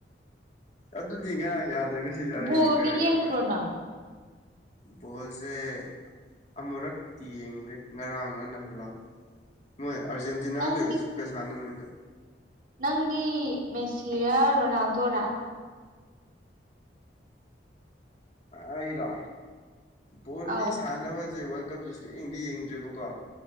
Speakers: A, on the left; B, on the right.
A: ꯑꯗꯨꯗꯤ ꯉꯔꯥꯡ ꯌꯥꯗ꯭ꯔꯦ ꯉꯁꯤ ꯌꯥꯔꯛꯏꯖꯦ
B: ꯕꯣꯜꯗꯤ
A: ꯀꯔꯦ
B: ꯌꯦꯡꯕ꯭ꯔꯣ
A: ꯀꯃꯥꯏ
B: ꯅꯪ
A: ꯕꯣꯜꯁꯦ ꯑꯃꯨꯔꯛꯇꯤ ꯌꯦꯡꯒ꯭ꯔꯦ ꯉꯔꯥꯡꯂ ꯅꯍꯥꯜꯂ꯫ ꯅꯣꯏ ꯑꯥꯔꯖꯦꯟꯇꯤꯅꯥꯒ
B: ꯅꯪꯗꯤ
A: ꯏꯖꯤꯞꯀ ꯁꯥꯟꯅꯃꯤꯠꯇꯣ꯫
B: ꯅꯪꯗꯤ ꯃꯦꯁꯤꯔ ꯔꯣꯅꯥꯜꯗꯣꯔꯥ꯫
A: ꯑꯩꯔꯣ ꯕꯣꯟꯗꯤ
B: ꯑꯧ
A: ꯁꯥꯟꯅꯕꯖꯦ ꯋꯥꯜ ꯀꯞꯁꯦ ꯁꯨꯛꯌꯦꯡꯗꯤ ꯌꯦꯡꯗ꯭ꯔꯤꯕꯀꯣ